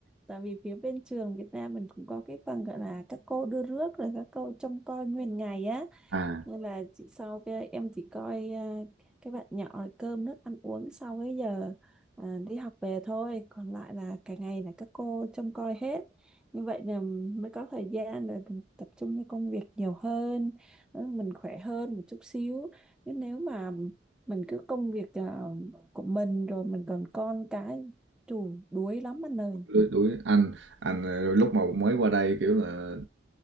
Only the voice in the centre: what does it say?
tại vì phía bên trường Việt Nam mình cũng có cái phần gọi là các cô đưa rước rồi các cô trông coi nguyên ngày á
nên là chị sau cái em chỉ coi à, cái bạn nhỏ là cơm nước ăn uống sau cái giờ à, đi học về thôi còn lại là cả ngày là các cô trông coi hết như vậy là mới có thời gian để mình tập trung cho công việc nhiều hơn nó- mình khỏe hơn một chút xíu nhưng nếu mà mình cứ công việc à, của mình rồi mình còn con cái chù đuối lắm anh ơi